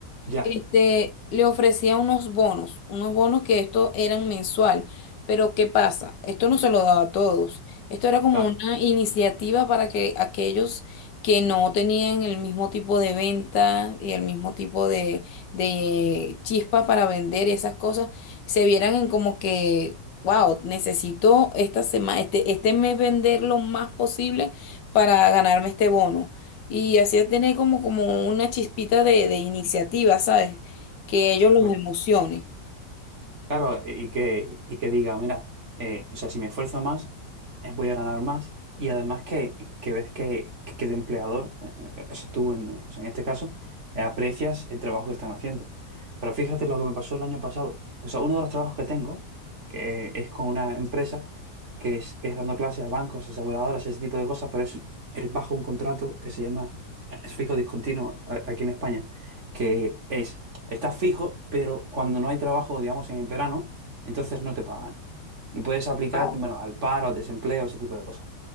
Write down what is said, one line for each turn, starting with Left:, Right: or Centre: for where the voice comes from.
Right: Ya,
Left: este, le ofrecía unos bonos, unos bonos que esto eran mensual. Pero ¿qué pasa? Esto no se lo daba a todos. Esto era como
Right: claro,
Left: una iniciativa para que aquellos que no tenían el mismo tipo de venta y el mismo tipo de de Chispa para vender esas cosas, se vieran en como que, wow, necesito esta semana, este, este mes vender lo más posible para ganarme este bono. Y así tener como, como una chispita de, de iniciativa, ¿sabes? Que ellos
Right: exactamente.
Left: los emocione.
Right: Claro, y que, y que diga, mira, eh, o sea, si me esfuerzo más, eh, voy a ganar más. Y además que, que ves que, que tu empleador, eh, o sea, tú en, o sea, en este caso, eh, aprecias el trabajo que están haciendo. Pero fíjate lo que me pasó el año pasado. O sea, uno de los trabajos que tengo que es con una empresa que es, que es dando clases a bancos, aseguradoras, ese tipo de cosas, pero es, es bajo un contrato que se llama eh, es fijo discontinuo a- aquí en España, que es Estás fijo, pero cuando no hay trabajo, digamos, en verano, entonces no te pagan. Y puedes aplicar,
Left: Wow,
Right: bueno, al paro, al desempleo, ese tipo de cosas.